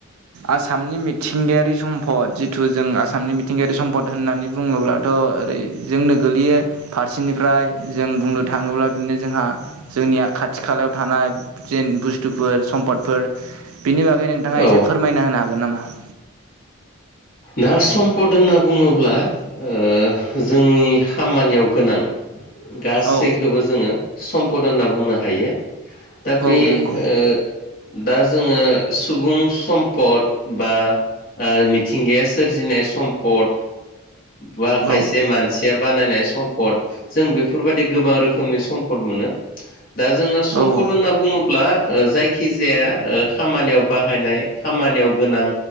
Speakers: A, on the right (about 90°); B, on the left (about 45°).
A: आसामनि मिथिंगायारि सम्पद जिथु जों आसामनि मिथिंगायारि सम्पद होननानै बुङोब्लाथ' ओरै जोंनो गोगलैयो फारसे निफ्राय जों बुंनो थाङोब्ला बिदिनो जोंहा जोंनि खाथि खालायाव थानाय जेन बुस्थुफोर सम्पदफोर बिनि बागै नोंथाङा
B: औ
A: एसे फोरमायना होनो हागोन नामा। <inaudible>
B: दा सम्पद होनना बुङोब्ला ओ जोंनि खामानियाव गोनां गासैखौबो
A: औ
B: जोङो सम्पद होनना बुंनो हायो। दा बे
A: औ नंगौ
B: ओ दा जोङो सुबुं सम्पद बा ओ मिथिंगाया सोरजिनाय सम्पद बा
A: औ
B: खायसे मानसिया बानायनाय सम्पद जों बेफोरबायदि गोबां रोखोमनि सम्पद मोनो। दा जोङो सम्पद
A: औ
B: होनना बुङो ब्ला ओ जायखिजाया ओ खामानियाव बाहायनाय खामानियाव गोनां